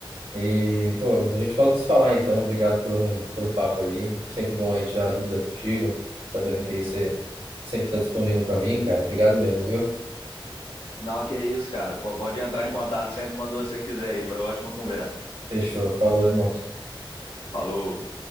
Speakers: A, on the right; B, on the left.
A: E, pô, a gente volta a se falar então. Obrigado pelo, pelo papo aí. Sempre bom aí tirar as dúvidas contigo. Sabendo que aí você sempre está disponível para mim, cara. Obrigado mesmo, viu?
B: Não, que é isso, cara. Pô, pode entrar em contato sempre quando você quiser. E foi uma ótima conversa.
A: Fechou. Falou, irmão.
B: Falou.